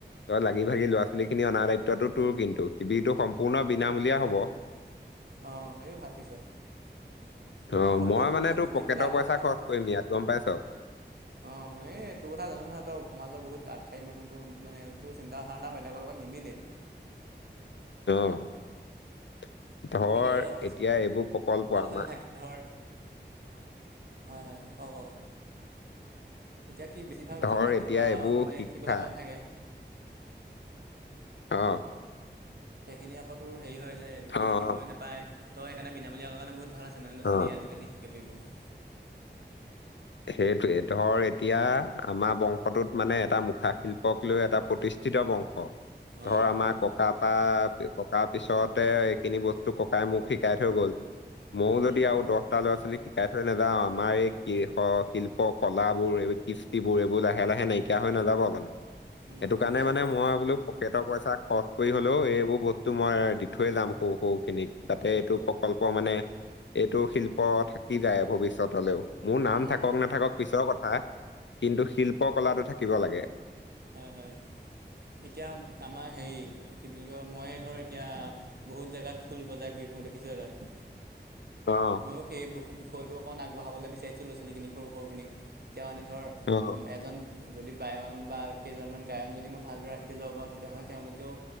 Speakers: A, on the left (about 80°); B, on the right (about 60°).
A: তই লাগি ভাগি ল'ৰা ছোৱালী খিনি অনাৰ দায়িত্বটো তোৰ কিন্তু। শিবিৰটো সম্পূৰ্ণ বিনামূলীয়া হ'ব।
B: অ', এই ভাল কৈছ। মানে
A: অ',
B: সকলো
A: মই মানে
B: ধৰ
A: তোৰ
B: শিকিবলৈ
A: পকেটৰ
B: আগ্ৰহ
A: পইচা
B: থকা
A: খৰচ
B: মানুহ
A: কৰিম ইয়াত গম পাইছ।
B: অ', এই তোৰ কথা জানোঁ নহয়, তই সমাজৰ বহুত আগশাৰী মানুহটো মানে তোৰ চিন্তা ধাৰণা বেলেগৰ লগত নিমিলেই।
A: অ'। ধৰ
B: এতিয়া ৰ কিছুমান
A: এতিয়া এইবোৰ প্ৰকল্প আমা
B: ল'ৰা ছোৱালী থাকে ধৰ হয় হয়, কওঁ কওঁ। এতিয়া কি বেছিভাগ ল'ৰা
A: ধৰ
B: ছোৱালী থাক তেনেকুৱা
A: এতিয়া এইবোৰ
B: মানে
A: শিক্ষা
B: শিকিবলে মন থাকে।
A: অ'।
B: সেইখিনি আকৌ তোৰ হেৰি হয় যে এইটো
A: অ',
B: কি শিকিবলৈ নাপায় তই সেইকাৰণে বিনামূলীয়া ক' কাৰণে বহুত ভাল আছে মানে ল'-ছালীয়ে
A: অ', অ'।
B: আজিকালি শিকিব পাৰিব।
A: সেইটোৱে ধৰ এতিয়া আমাৰ বংশটোত মানে এটা মুখা শিল্পক লৈ এটা প্ৰতিষ্ঠিত বংশ। ধৰ
B: অঁ
A: আমাৰ ককা পা, প ককা পিছ তে এইখিনি বস্তু ককাই মোক শিকাই থৈ গ'ল। ময়ো
B: উম
A: যদি আৰু দহটা ল'ৰা ছোৱালীক শিকাই থৈ নাযাওঁ আমাৰ এই কি অ', শিল্প কলাবোৰ এইবো কৃষ্টিবোৰ এইবোৰ লাহে লাহে নাইকিয়া হৈ নাযাব জানোঁ?
B: উম
A: সেইটো
B: নাইকিয়া
A: কাৰণে
B: হৈ
A: মানে
B: যাবতো
A: মই বোলোঁ পকেটৰ পইচা খৰচ কৰি হ'লেও এইবোৰ বস্তু মই দি থৈয়ে যাম সৰু সৰু খিনিক। তাতে এইটো প্ৰকল্প মানে এইটো শিল্প থাকি যায় ভৱিষ্যতলেও। মোৰ নাম
B: উম উম
A: থাকক পিছৰ কথা। কিন্তু শিল্প কলাটো থাকিব লাগে।
B: হয় হয়। এতিয়া আমাৰ হেৰি এইটো কি বুলি কয় ময়ে ধৰ এতিয়া বহুত জেগাত খোল বজাই ঘূৰি ফু উ দেখিছ তই।
A: অ'।
B: ময়ো সেই বুষ বিষয়টো অকণ আগবঢ়াবলে বিচাৰিছোঁ ল' ছালীখিনিক সৰু সৰুখিনিক। তিয়া মানে ধৰ উ,
A: অ'।
B: এজন যদি বায়ন বা কেইজনমান গায়ন যদি মই ভালদৰে ৰাখি থৈ যাব পাৰোঁ তেতিয়াহ'লে তেওঁলোকেও